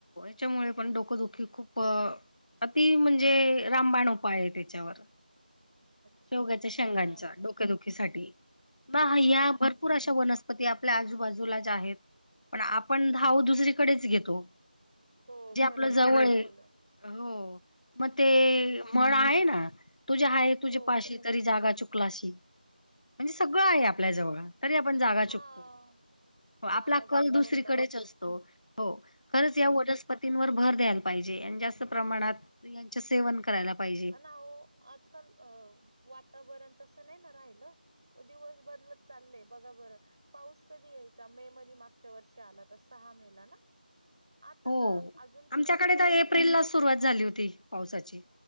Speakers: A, on the left; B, on the right.
A: त्याच्यामुळे पण डोकदुखी खूप अ ति म्हणजे रामबाण उपाय आहे त्याच्यावर
B: अच्छा,
A: शेवग्याच्या
B: चांगलं
A: शेंगांचा
B: आहे ना.
A: डोक्यादुखीसाठी ह हा
B: हां.
A: या भरपूर अशा वनस्पती आपल्या आजूबाजूलाच आहेत पण आपण धाव दुसरीकडेच घेतो
B: हो,
A: जे आपलं
B: खरं आहे,
A: जवळ
B: खरं बोलल्या.
A: हो मग ते
B: हं.
A: मळ आहे ना तुझे हाय तुझ्या
B: हो.
A: पाशी तरी जागा चुकलाशी म्हणजे सगळं आहे आपल्या जवळ तरी आपण जागा
B: हां.
A: चुकतो हो आपला
B: जागा
A: कल
B: चुकतून
A: दुसरीकडेच
B: दवाखा
A: असतो हो खरंच या व वर भर द्यायला पाहिजे आणि जास्त प्रमाणात यांच सेवन करायला पाहिजे.
B: आजकाल अ वातावरण तसं नाही ना राहील दिवस बदलत चालले बघा बर पाऊस कधी यायचा मेमध्ये मागच्या वर्ष आला तर सहा मेला ना आता
A: हो
B: तर अजून
A: आमच्याकडे
B: थेंब पण
A: तर
B: नाही
A: एप्रिल लाच सुरुवात झाली होती पावसाची